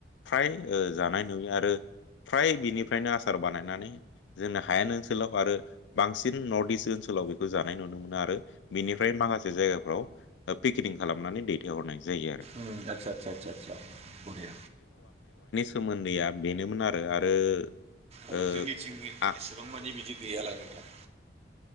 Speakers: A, on the left (about 75°); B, on the right (about 35°).
A: फ्राय ओ जानाय नुयो आरो फ्राय बिनि फ्रायनो आसार बानायनानै जोंनो हायेन ओनसोलाव आरो बांसिन नर्थ इस्ट ओनसोलाव बेखौ जानाय नु आरो बिनिफ्राय माखासे जायगाफ्राव पेकिनिं खालामनानै दैथायहरनाय जायो आरो।
B: ओम आसा सा सा सा अके।
A: सोमोन्दैआ बेनोमोन आरो आरो
B: औ
A: ओ
B: जोंनिथिंनि
A: आ
B: एसेबां मानि बिदि गैयालाय नोंथां